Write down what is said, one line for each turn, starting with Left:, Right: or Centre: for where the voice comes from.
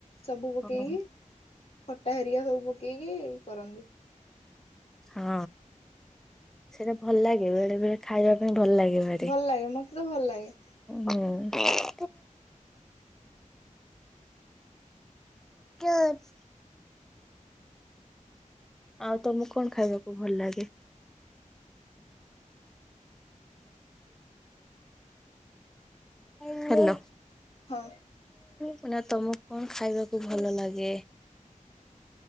Left: ସବୁ ପକେଇକି
Centre: ହଁ
Left: ଖଟା ହେରିଆ ସବୁ ପକେଇକି କରନ୍ତି।
Centre: ହଁ ସେଇଟା ଭଲ ଲାଗେ ବେଳେ ବେଳେ ଖାଇବା ପାଇଁ ଭଲ ଲାଗେ। ଭାରି
Left: ଭଲ ଲାଗେ ମତେ ତ ଭଲ ଲାଗେ।
Centre: ହୁଁ ହୁଁ। <unintelligible> ଆଉ ତମୁକୁ କଣ ଖାଇବାକୁ ଭଲ ଲାଗେ? ହ୍ୟାଲୋ।
Left: ହଁ।
Centre: ମାନେ ତମୁକୁ କଣ ଖାଇବାକୁ ଭଲ ଲାଗେ?